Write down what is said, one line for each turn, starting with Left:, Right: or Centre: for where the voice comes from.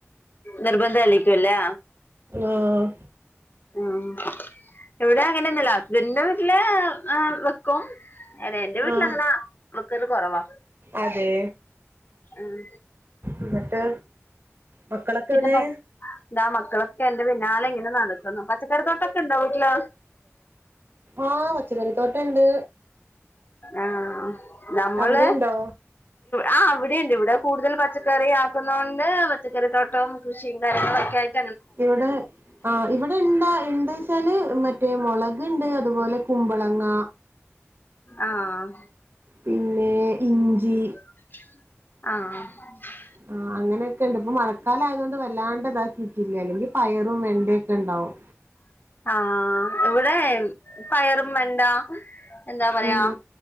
Left: നിർബന്ധം യിരിക്കുമല്ലേ
Right: ആഹ്
Left: ഉം ഇവിടെ അങ്ങനെന്നുല്ല ഹസ്ബൻഡിന്റെ വീട്ടിലെ വെക്കും അതെ എന്റെ വീട്ടില
Right: ആഹ്
Left: അങ്ങനെ വെക്കലെ കുറവാ
Right: അതെ
Left: ഉം
Right: എന്നിട്ട് മക്കളൊക്കെ
Left: പിന്നെ
Right: എവിടെ
Left: പ- ദാ മക്കളൊക്കെ എന്റെ പിന്നാലെ ഇങ്ങനെ നടക്കുന്നു പച്ചക്കറി തോട്ടൊക്കെ ഉണ്ടാ വീട്ടിലെ
Right: ആഹ് പച്ചക്കറിത്തോട്ടണ്ട്
Left: ആഹ് നമ്മള്
Right: അവിടെ ഉണ്ടോ
Left: ആ അവിടെണ്ട് ഇവിടെ കൂടുതൽ പച്ചക്കറി ആക്കുന്നുണ്ട് പച്ചക്കറി തൊട്ട ഇപ്പൊ കൃഷിയും കാര്യങ്ങളും ഒക്കെ ആയിട്ട്
Right: ഇവിടെ ആഹ് ഇവിടെ ഇണ്ട ഇണ്ട്ച്ചാല് മറ്റേ മൊളക് ണ്ട് അതുപോലെ കുമ്പളങ്ങ
Left: ആഹ്
Right: പിന്നെ ഇഞ്ചി
Left: ആഹ്
Right: ആ അങ്ങനൊക്കെണ്ട് ഇപ്പൊ മഴക്കാലയതോണ്ട് വല്ലാണ്ട് ഇതാക്കിട്ടില്ലല്ലോ ല്ലെങ്കി പയറും വെണ്ടൊക്കെണ്ടാവും
Left: ആഹ് ഇവിടെ പയറും വെണ്ട എന്താ പറയാ
Right: ഉം